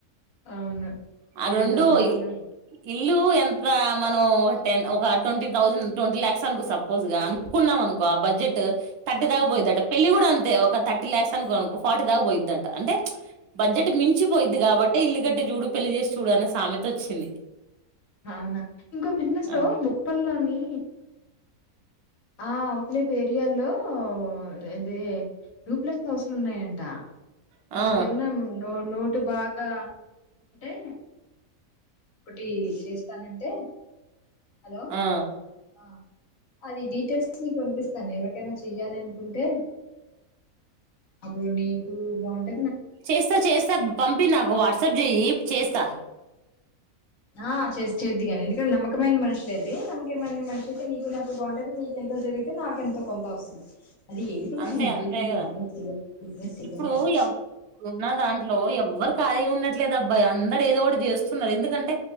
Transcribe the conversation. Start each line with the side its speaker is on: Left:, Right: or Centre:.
Left: అవున
Right: ఆ
Left: ఇదేదో
Right: రెండు
Left: బాగుందె.
Right: ఇల్లు ఎంత మనం ఒక టెన్ ఒక ట్వంటీ థౌజండ్ ట్వంటీ ల్యాక్స్ అనుకో సపోజ్ గా‌. కున్నాం అనుకో ఆ బడ్జెట్ తథర్టీ తాకపోయిదింటే
Left: హ్మ్.
Right: పెళ్లి కూడా అంత్. ఒక థర్టీ ల్యాక్స్ అనుకో ఓక ఫార్టీ దాకా పోయిదంట అంటే బడ్జెట్ మించి పోయిద్ది కాబట్టి ఇల్లు కట్టి. చూడు పెళ్లి చేసి చూడు అన్న సామెత వచ్చింది.
Left: అవునా ఇంకో బిజినెస్
Right: ఆ
Left: లో బొప్పనని. ఆ అప్పులే పెరిలో అదీ. డూప్లక్స్ హౌస్లు ఉన్నాయంట.
Right: ఆ
Left: నీకేమనా నోటు బాగా ఉంటే. ఇటి చేస్తానంటే హలో
Right: ఆ
Left: ఆ. అది డీటెయిల్స్ నికు పంపిస్తాను ఎవరికైనా చెయ్యాలి అనుకుంటే. అప్పుడు నీకు బాగుంట.
Right: చేస్తా చేస్తా పంపి నాకు వాట్సాప్ చెయి చేస్తా.
Left: ఆ చే చేద్దిగాని ఎందుకంటే నమ్మకమైన మనుషులేదు నమ్మకమైన మనిషి అయితే నీకు నాకు బాగుంటంది నీకెంత. ఎంత జరిగితే నాకెంతో కొంత వస్తుంది. అది ఏది కూడా
Right: అంతే
Left: మనం ఇంటంది
Right: అంతే కదా
Left: బిజినెస్ బిజినెస్ చెయ్యాలి
Right: ఇప్పుడు
Left: కదా.
Right: ఎవ్ ఇప్పుడున్న దాంట్లో ఎవ్వరు. ఖళీ ఉండట్లేదు అబ్బాయ అందరు ఏదో ఒకటి చేస్తున్నారు ఎందుకంటే